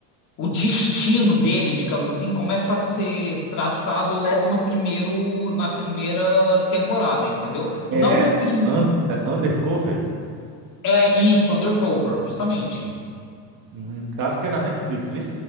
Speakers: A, on the left; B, on the right.
A: o destino dele, digamos assim, começa a ser traçado logo no primeiro, na primeira temporada, entendeu?
B: é
A: Não no prim...
B: un, é Undercover?
A: É isso, Undercover, justamente.
B: Hum, acho que é na Netflix, viu?